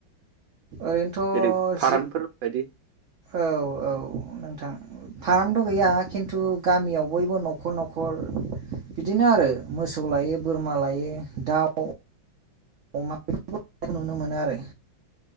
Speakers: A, on the right (about 65°); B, on the right (about 75°).
A: ओरैनोथ'
B: जेरै फार्मफोर
A: जि
B: बायदि
A: औ औ नोंथां। फारामथ' गैया खिन्थु गामियाव बयबो न'खर न'खर बिदिनो आरो मोसौ लायो, बोरमा लायो, दाउ अमा बेफोरखौ नुनो मोनो आरो।